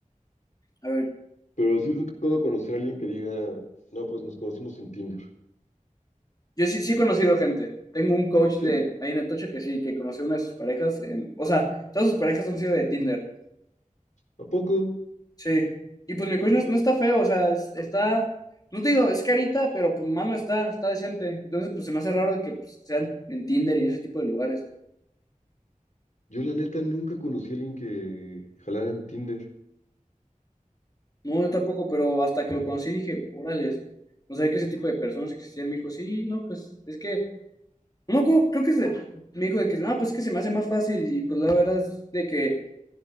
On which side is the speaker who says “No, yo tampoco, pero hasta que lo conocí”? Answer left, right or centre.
Left